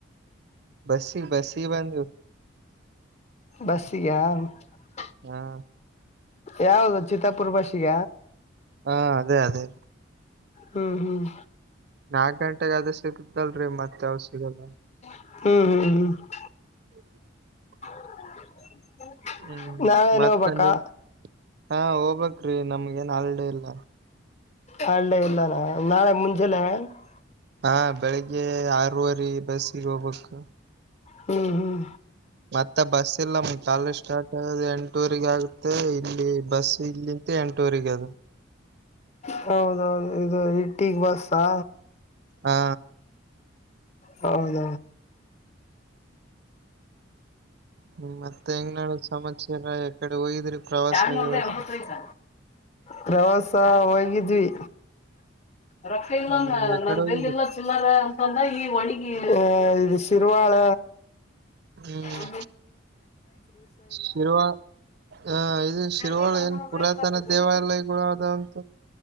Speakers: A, on the right; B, on the left.
A: ಬಸ್ಸಿಗೆ ಬಸ್ಸಿಗೆ ಬಂದು
B: ಬಸ್ಗ <unintelligible>
A: ಹಾ
B: ಯಾವ್ದ ಚಿತ್ತಾಪುರ್ ಭಾಷಗ
A: ಹಾ ಅದೇ ಅದೇ
B: ಹ್ಮ್ ಹ್ಮ್
A: ನಾಕಕ್ ಗಂಟೆಗೆ ಅದ ಸಿಗತಲ್ರಿ ಮತ್ತೆ ಅವಾವ ಸಿಗಲ್ಲ
B: ಹ್ಮ್ ಹ್ಮ್ ಹ್ಮ್
A: <inaudible>
B: <inaudible>
A: ಹ್ಮ್
B: ನಾಳೆನ
A: ಮತ್ತ
B: ಹೋಗ್ಬೇಕಾ
A: ನಿಮ್ ಹಾ ಹೋಗ್ ೀ ನಮ್ಗ ಏನ್ ಆಲ್ಡ ಇಲ್ಲ.
B: ಹಳ್ಳೇ ಇಲ್ಲಾನ ನಾಳೆ ಮುಂಜೆಿಲ್ಲ <unintelligible>
A: ಹಾ ಬೆಳಿಗ್ಗೆ ಆರವರಿ ಬಸ್ಸಿಗೆ ಹೋಗ್ಬೇಕು.
B: ಹ್ಮ್ ಹ್ಮ್.
A: ಮತ್ತೆ ಬಸ್ ಇಲ್ಲ್ ಕಾಲಜ ಸ್ಟಾರ್ಟ್ ಆಗದ ಎಂಟೂಊಗ ಆಗ. ಮತ್ತೆ ಇಲ್ಲಿ ಬಸ್ ಇಲ್ಲಿಂತ ಎಂಟುವರೆಗೆ.
B: ಹೌದೌದು ಇದು ಇಟ್ಟಿಗೆ ಬಸ್ಾ.
A: ಹಾ.
B: ಹೌದ.
A: ಹ್ಮ್ ಮತ್ತೆ ಹೆಂಗ ನಾಳ ಸಮಸ್ಯ ಇರ ಯಕಡೆ ಹೋಗಿದ್ರಿ. ಪ್ರವಾಸ
B: ನ್
A: ಗಿವಾಸ
B: ಒಬ ಹೊತ್ಯ್ತ. ಪ್ರವಾಸ ಹೋಗಿದ್ವಿ. ರೊಕ್ಕ ಎಲ್ಲಂದ
A: ಹ್ಮ್ ಎಕಡೆ
B: ನನ್
A: ಹೋಗಿದ್ರಿ
B: ಬೆಲ್ ಎಲ್ಲಾ ಚಿಲ್ಲಾರ ಅಂತಂದ್ರ ಈ ಒಣಿ. ಹ ಇದು ಶಿರುವಾಳ.
A: ಹ್ಮ್
B: ಹು
A: ಶಿರ್ವ ಆ ಇದು ಶಿರ್ವಾಳ
B: ನನ್ ಒಂದರ್ತ
A: ಏನ್ ಪುರಾತನ
B: ಅವ. <unintelligible>
A: ದೇವಾಲಯಗಳು ಅದಾವಂತ